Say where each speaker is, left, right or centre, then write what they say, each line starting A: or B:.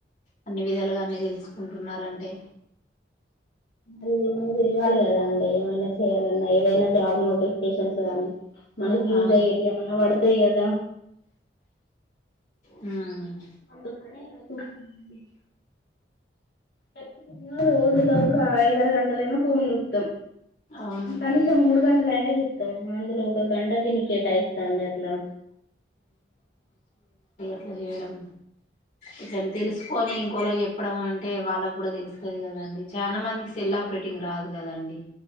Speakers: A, on the left; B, on the left.
A: అన్ని విధాలుగా అన్ని తెలుసుకుంటున్నారంటే
B: మళ్ళీ <unintelligible> కి తెల్వాలి కదా అండి ఏమైనా చేయాలన్నా ఏదైనా జాబ్ నోటిఫికేషన్స్ గానీ మనకు యూజ్
A: ఆ
B: అయ్యేటివేమన్నా పడతాయి కదా
A: ఉ మ్
B: అందుకనీ ఇలా చూస్తుంది ఖచ్చితంగా రోజులో ఒక ఐదు ఆరు గంటలైనా ఫోన్ చూత్తం.
A: అవును
B: కనీసం మూడు గంటలయినా చూత్తం. అందులో ఒక గంటకు ఎన్ని కేటాయిస్తాంది అట్లా
A: ఇట్లా చేయడం ఇట్లని తెలుసుకొని, ఇంకోలోకి చెప్పడం అంటే వాళ్ళకి కూడా తెలుస్తది కదండి. చాలా మందికి సెల్ ఆపరేటింగ్ రాదు కదా అండి